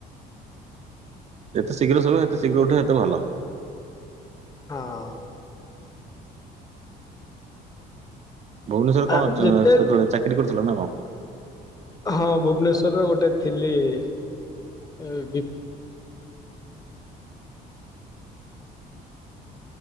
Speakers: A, on the right; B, on the left.
A: ଏତେ ଶୀଘ୍ର ଶୋଇବ ଏତେ ଶୀଘ୍ର ଉଠିବ ଏତେ ଭଲ।
B: ହଁ।
A: ଭୁବନେଶ୍ୱର କଣ
B: ଆ ଯେତେ
A: ସେତେବେଳେ ଚାକିରି କରୁଥିଲ ନା କଣ?
B: ହଁ ଭୁବନେଶ୍ୱର ରେ ଗୋଟେ ଥିଲି ବି